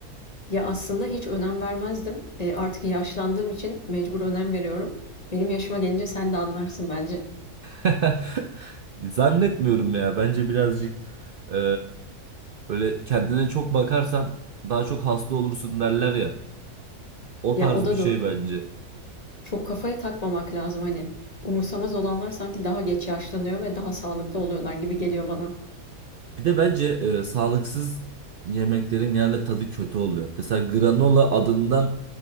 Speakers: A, on the left; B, on the right.
A: Ya aslında hiç önem vermezdim. E, artık yaşlandığım için mecbur önem veriyorum. Benim yaşıma gelince sen de anlarsın bence.
B: <laughs> Zannetmiyorum ya. Bence birazcık e, böyle kendine çok bakarsan daha çok hasta olursun derler ya. O
A: Ya
B: tarz
A: o da
B: bir şey
A: doğru.
B: bence.
A: Çok kafaya takmamak lazım hani. Umursamaz olanlar sanki daha geç yaşlanıyor ve daha sağlıklı oluyorlar gibi geliyor bana.
B: Bir de bence e, sağlıksız yemeklerin genelde tadı kötü oluyor. Mesela granola adından